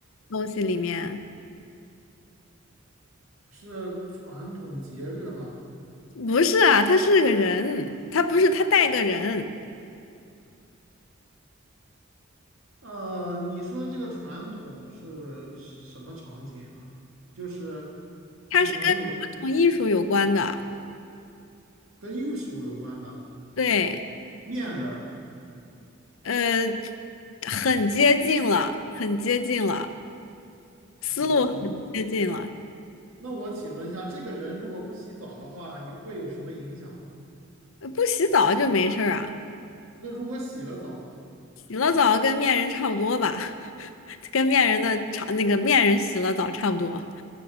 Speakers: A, on the left (about 70°); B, on the right (about 80°).
A: 东西里面。
B: 是传统节日吗？
A: 不是啊，他是个人，他不是他带个人，
B: 呃，你说这个传统是什么场景啊？就是能有跟
A: 他是跟传统艺术有关的，
B: 跟玉树有关的
A: 对。
B: 面人儿
A: 呃，很接近了，很接近了，思路很接近了。
B: 节气。那那我请问一下，这个人如果不洗澡的话，有会有什么影响呢？
A: 呃不洗澡就没事儿啊，
B: 那如果洗了澡呢？
A: 洗了澡跟面人差不多吧，<laughs> 跟面人的差那个面人洗了澡差不多，